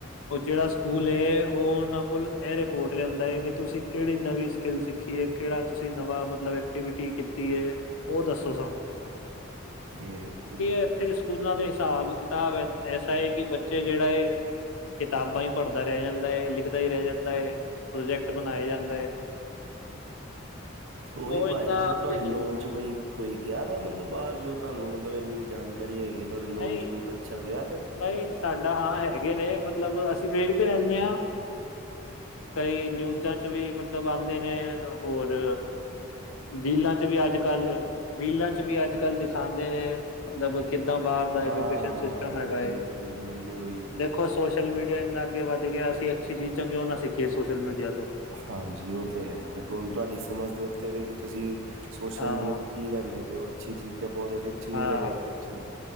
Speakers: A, on the left; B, on the right.
A: ਓ ਜੜਾ ਸਕੂਲ ਏ ਓ ਓਨਾਂ ਕੋਲ ਐ ਰਿਪੋਰਟ ਲਿਆਂਦਾ ਐ ਕਿ ਤੁਸੀਂ ਕੇੜੀ ਨਵੀਂ ਸਕਿੱਲ ਸਿੱਖੀ ਏ, ਕੇੜਾ ਤੁਸੀਂ ਨਵਾਂ ਮਤਲਬ ਐ ਕਟੀਵਿਟੀ ਕੀਤੀ ਏ, ਓ ਦੱਸੋ ਸਾਨੂੰ।
B: ਥੇ ਉਨ
A: ਐਥੇ ਦੇ ਸਕੂਲਾਂ ਦੇ ਹਿਸਾਬ-ਕਿਤਾਬ ਐਸਾ ਐ ਕਿ ਬੱਚੇ ਜੇੜਾ ਏਕ ਕਿਤਾਬਾਂ ਈ ਪੜਦਾ ਰੈ ਜਾਂਦਾ ਐ, ਲਿਖਦਾ ਈ ਰੈ ਜਾਂਦਾ ਐ, ਪ੍ਰੋਜੈਕਟ ਬਨਾਏ ਜਾਂਦਾ ਐ।
B: ਤੇ ਓਈ ਪਾਜੀ
A: ਇੰਨਾ
B: ਮਤਲਬ
A: ਅੱਗੇ
B: ਤੁਆਡੇ ਨੋਨ
A: ਨਹੀਂ
B: 'ਚ ਕੋਈ ਕੋਈ ਗਿਆ ਦਾ ਮਤਲਬ ਬਾਰ, ਜੋ ਤੁਆਨੂੰ ਮਤਲਬ, ਏਨੀ ਜਾਣਕਾਰੀ ਹੈਗੀ? ਤੁਹਾਡੇ ਨੋਨ
A: ਨਈ,
B: 'ਚ ਕੋਈ ਬੱਚਾ ਗਿਆ ਦਾ
A: ਨਈ, ਸਾਡਾ ਹਾਂ ਹੈਗੇ ਨੇ ਮਤਲਬ ਅਸੀਂ ਵੇਖਦੇ ਰੈਨੇ ਆਂ, ਕਈ ਨਿਊਜਾਂ 'ਚ ਵੀ ਮਤਲਬ ਆਂਦੇ ਨੇ ਹੋਰ ਰੀਲਾਂ 'ਚ ਵੀ ਅੱਜ-ਕੱਲ੍ਹ ਰੀਲਾਂ 'ਚ ਵੀ ਅੱਜ-ਕੱਲ੍ਹ ਦਿਖਾਂਦੇ ਨੇ ਮਤਲਬ ਕਿ ਦਾ ਬਾਰ
B: ਹਾਂ
A: ਦਾ
B: ਹਾਂ
A: ਐਜੂਕੇਸ਼ਨ ਸਿਸਟਮ
B: ਹਾਂਜੀ
A: ਹੈਗਾ
B: ਹਾਂਜੀ
A: ਏ,
B: ਹਾਂਜੀ ਹਾਂਜੀ ਉਹੀ ਜੀ
A: ਦੇਖੋ ਸੋਚ ਸੋਸ਼ਲ ਮੀਡੀਆ ਇੰਨਾ ਅੱਗੇ ਵੱਧ ਗਿਆ! ਅਸੀਂ ਅੱਛੀ ਚੀਜ਼ਾਂ ਕਿਉਂ ਨਾ ਸਿੱਖੀਏ ਸੋਸ਼ਲ ਮੀਡੀਆ ਤੋਂ?
B: ਹਾਂਜੀ, ਔ ਤੇ ਹੈ, ਦੇਖੋ ਹੁਣ ਤੁਆਡੀ ਸਮਝ ਦੇ ਉੱਤੇ ਵੇ ਕਿ ਤੁਸੀਂ ਸੋਸ਼ਲ
A: ਹਾਂ,
B: ਮੀਡੀਆ ਤੋਂ ਕੀ ਲੈਂਦੇ ਪੇ - ਅੱਛੀ ਚੀਜ਼, ਜਾਂ ਪੋਜ਼ੀਟਿਵ ਚੀਜ਼,
A: ਹਾਂ,
B: ਜਾਂ ਨੈਗੇਟਿਵ ਚੀਜ਼।